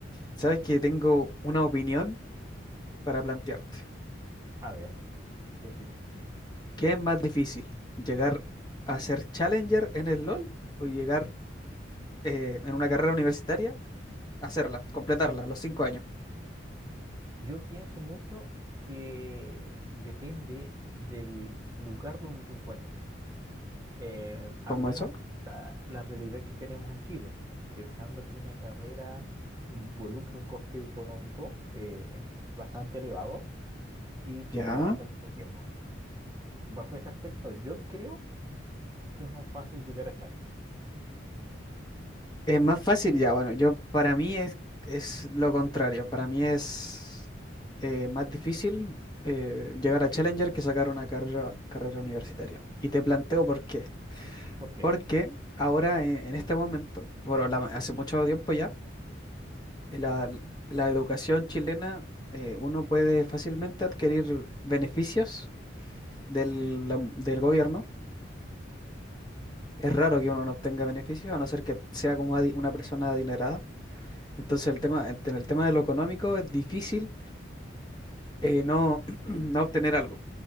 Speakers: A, on the left; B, on the right.
A: Sabes que tengo una opinión para plantearte.
B: A ver, ¿Qué opinión?
A: ¿Qué es más difícil? ¿Llegar a ser Challenger en el LoL o llegar eh, en una carrera universitaria, hacerla, completarla, los cinco años?
B: Yo pienso mucho que depende del lugar donde te encuentres. Eh, hablemos
A: ¿Cómo eso?
B: la, la realidad que tenemos en Chile, pensando que una carrera involucra un coste económico eh, bastante elevado y que
A: Ya.
B: te demanda mucho tiempo. Bajo ese aspecto, yo creo que es más fácil llegar a Challenger.
A: Es más fácil ya, bueno, yo para mí es, es lo contrario, para mí es eh, más difícil eh, llegar a Challenger que sacar una carrera, carrera universitaria. Y te planteo por qué.
B: ¿Por qué?
A: Porque ahora en, en este momento, bueno, la- hace mucho tiempo ya, eh, la, la educación chilena, eh, uno puede fácilmente adquirir beneficios del, la- del gobierno. Es raro que uno no obtenga beneficios, a no ser que sea como adi- una persona adinerada Entonces, el tema, en el tema de lo económico es difícil eh, no, <clears throat> no obtener algo.